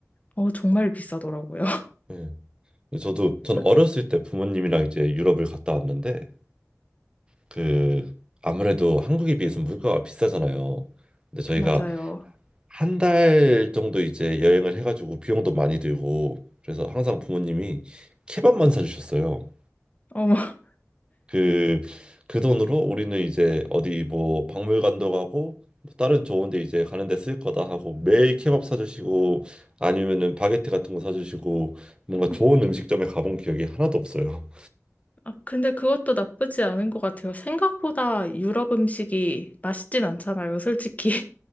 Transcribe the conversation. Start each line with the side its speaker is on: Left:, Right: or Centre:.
Left: 어, 정말 비싸더라고요.
Right: 네. 저도 전
Left: <laughs>
Right: 어렸을 때 부모님이랑 이제 유럽을 갔다 왔는데 그 아무래도 한국에 비해서 물가가 비싸잖아요. 근데 저희가
Left: 맞아요.
Right: 한 달 정도 이제 여행을 해가지고 비용도 많이 들고 그래서 항상 부모님이 케밥만 사주셨어요.
Left: 어,
Right: 그 그 돈으로 우리는 이제 어디 뭐 박물관도 가고 뭐 다른 좋은 데 이제 가는 데 쓸 거다 하고 매일 케밥 사주시고 아니면은 바게트 같은 거 사주시고 뭔가 좋은 음식점에 가본 기억이 하나도 없어요.
Left: 아, 근데 그것도 나쁘지 않은 것 같아요. 생각보다 유럽 음식이 맛있진 않잖아요, 솔직히.